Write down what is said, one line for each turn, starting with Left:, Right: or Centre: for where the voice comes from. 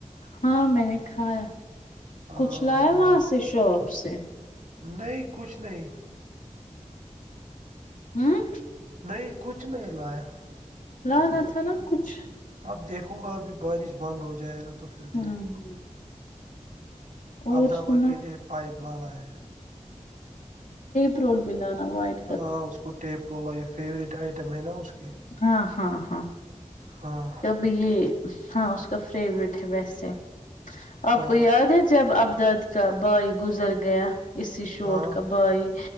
Left: ہاں میں نے کھایا
Right: ہاں
Left: کچھ لایا وہاں سے شاپ سے
Right: نہیں کچھ نہیں
Left: ہوں
Right: نہیں کچھ نہیں لایا
Left: لانا تھا نا کچھ
Right: اب دیکھوں گا ابھی بارش بند ہو جائے گا تو پھر
Left: ہ
Right: دیکھوں
Left: ہ <unintelligible> اور
Right: ابدابا
Left: سنا
Right: کے لیے پائپ لانا ہے
Left: پرول بھی لانا وجد
Right: ہاں اس کو ٹیپ رولا یہ فیوریٹ آئٹم ہے نا اس کی
Left: ہاں ہاں ہاں
Right: ہاں
Left: یہ ہاں اس کا فیوریٹ ہے ویسے آپ
Right: ہاں
Left: کو یاد
Right: اس
Left: ہے جب ابداد کا بوائی گزر گیا اسی چوٹ
Right: ہاں
Left: کا بھائی